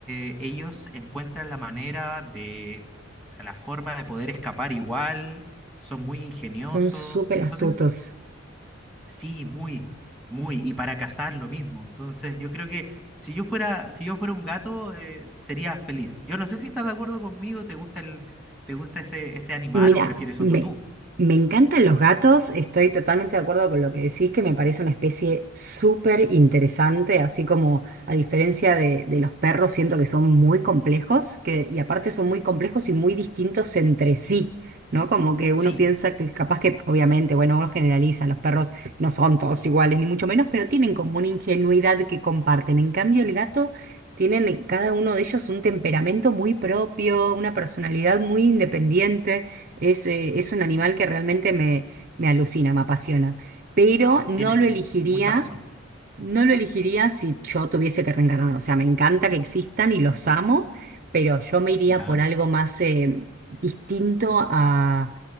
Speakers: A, in the centre; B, on the right.
A: eh, ellos encuentran la manera de, o sea, la forma de poder escapar igual, son muy ingeniosos.
B: Son súper
A: Entonces,
B: astutos.
A: sí, muy, muy. Y para cazar lo mismo. Entonces, yo creo que si yo fuera, si yo fuera un gato, eh, sería feliz. Yo no sé si estás de acuerdo conmigo, ¿te gusta el, te gusta ese, ese animal
B: Mira,
A: o prefieres
B: me,
A: otro tú?
B: me encantan los gatos, estoy totalmente de acuerdo con lo que decís, que me parece una especie súper interesante, así como a diferencia de, de los perros, siento que son muy complejos, que, y aparte son muy complejos y muy distintos entre sí, ¿no? Como que uno
A: Sí,
B: piensa que capaz que, obviamente, bueno, uno generaliza, los perros no son todos iguales, ni mucho menos, pero tienen como una ingenuidad que comparten. En cambio, el gato... Tienen cada uno de ellos un temperamento muy propio, una personalidad muy independiente. Es, eh, es un animal que realmente me, me alucina, me apasiona, pero no
A: tienes
B: lo elegiría.
A: mucha razón.
B: No lo elegiría si yo tuviese que reencarnar. O sea, me encanta que existan y los amo, pero yo me iría
A: Ya.
B: por algo más eh, distinto a,